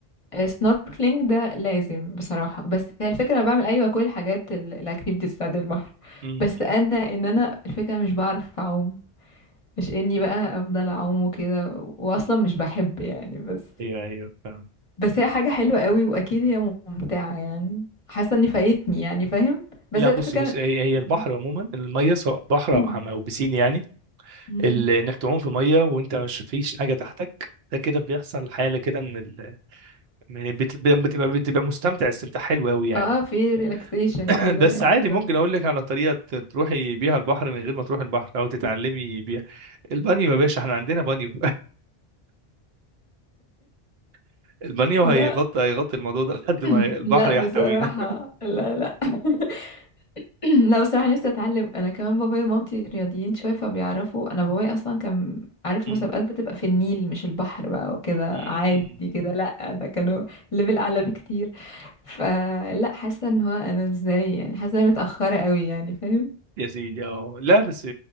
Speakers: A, on the left (about 35°); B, on the right (about 75°).
A: سنوركلينج ده لازم بصراحة بس هي الفكرة انا بعمل ايوه كل الحاجات الاكتيفيتيز بتاعت البحر
B: امم
A: بس انا ان انا الفكرة مش بعرف اعوم مش اني بقى افضل اعوم وكده واصلا مش بحب يعني بس
B: ايوه ايوه فاهم
A: بس هي حاجة حلوة قوي واكيد هي ممتعة يعني حاسة اني فايتني يعني فاهم بس
B: لا
A: هي
B: بصي
A: الفكرة
B: بصي هي هي البحر
A: إن-
B: عموما الميه سواء بحر
A: <clears throat>
B: او حمام او بسين يعني
A: مم.
B: ال- انك تعوم في ميه وانت مش فيش حاجه تحتك ده كده بيحصل حاله كده من ال... من بت- بتبقى بتبقى مستمتع استمتاع حلو قوي يعني
A: اه في ريلاكسيشن
B: <laughs>
A: كده
B: بس
A: يعني
B: عادي ممكن
A: برضه
B: اقول لك على طريقه ت- تروحي بيها البحر من غير ما تروحي البحر او تتعلمي بيها البانيو يا باشا احنا عندنا بانيو <laughs> البانيو
A: لا
B: هيغطي هيغطي الموضوع ده لحد
A: <clears throat>
B: ما البحر
A: لا
B: يحتوينا
A: بصراحة لا لا <laughs> <clears throat> لا بصراحة نفسي اتعلم انا كمان بابايا ومامتي رياضيين شوية فبيعرفوا انا بابايا اصلا كان عارف
B: <laughs> مم.
A: مسابقات بتبقى في النيل مش البحر بقى وكده
B: مم.
A: عادي كده لا ده كانوا ليفل اعلى بكتير فلا حاسة ان هو انا ازاي يعني حاسة اني متأخرة قوي يعني فاهم
B: يا سيدي اه لا بس